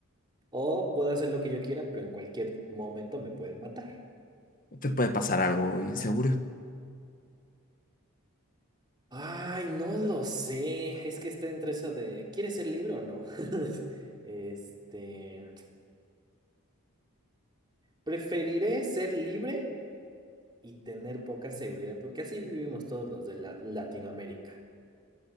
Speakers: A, on the right (about 20°); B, on the left (about 35°).
A: O puedo hacer lo que yo quiera, pero en cualquier momento me pueden matar.
B: No Te puede pasar algo inseguro.
A: Ay, no lo sé. Es que está entre eso de, ¿quieres ser libre o no? <laughs> Este, preferiré ser libre y tener poca seguridad, porque así vivimos todos los de la- Latinoamérica.